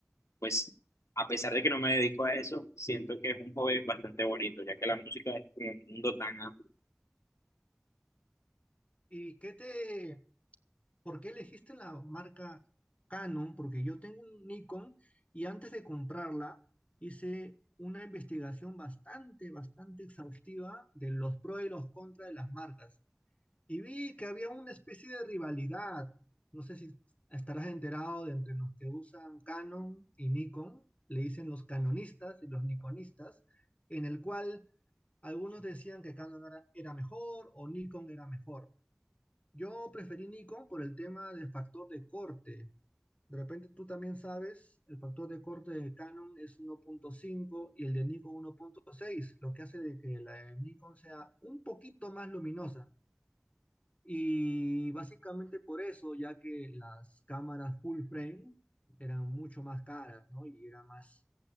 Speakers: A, on the left (about 70°); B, on the left (about 25°).
A: pues a pesar de que no me dedico a eso, siento que es un hobby bastante bonito, ya que la música es como un mundo tan amplio.
B: ¿Y qué te, por qué elegiste la marca Canon? Porque yo tengo un Nikon y antes de comprarla hice una investigación bastante, bastante exhaustiva de los pros y los contras de las marcas. Y vi que había una especie de rivalidad. No sé si estarás enterado de entre los que usan Canon y Nikon, le dicen los canonistas y los nikonistas, en el cual algunos decían que Canon era, era mejor o Nikon era mejor. Yo preferí Nikon por el tema del factor de corte. De repente tú también sabes, el factor de corte de Canon es 1.5 y el de Nikon 1.6, lo que hace de que la de Nikon sea un poquito más luminosa. Y básicamente por eso, ya que las cámaras full frame eran mucho más caras, ¿no? Y era más,